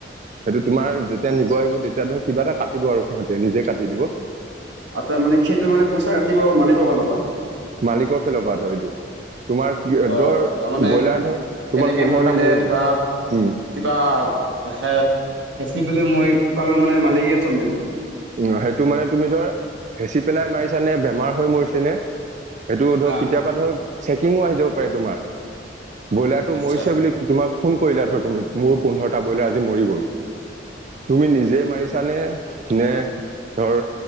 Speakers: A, on the right; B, on the right.
A: সেইটোত তোমাৰ যেতিয়া নিব আহিব তেতিয়াতো কিবা এটা কাটিব আৰু সিহঁতে নিজে কাটি দিব।
B: আচ্ছা মানে সেইটোৰ মানে পইচা কাটিব মানিকাল ফালৰ পৰা।
A: মালিকৰ ফালৰ পৰা ধৰ এইটো। তোমাৰ
B: অ
A: ধৰ
B: তাৰমানে
A: ব্ৰইলাৰ ধৰ
B: কেনেকে
A: তোমাৰ পোন্ধৰটা
B: মৰিলে
A: মৰি
B: ধৰা
A: গ'ল। উম
B: কিবা হেঁচি পেলাই মৰি গলে মানে মালিকেই চবদিব?
A: অহ, হেইটো মানে তুমি ধৰ হেঁচি পেলাই মাৰিছা নে বেমাৰ হৈ মৰিছে নে সেইটো ধৰক
B: হা
A: কেতিয়াবা ধৰক চেকিংও আহি যাব পাৰে তোমাৰ। ব্ৰইলাৰটো
B: আচ্ছা
A: মৰিছে বুলি তোমাক ফোন কৰিলে ধৰ তুমি, মোৰো পোন্ধৰটা ব্ৰইলাৰ আজি মৰি গ'ল। তুমি নিজে মাৰিছানে নে ধৰ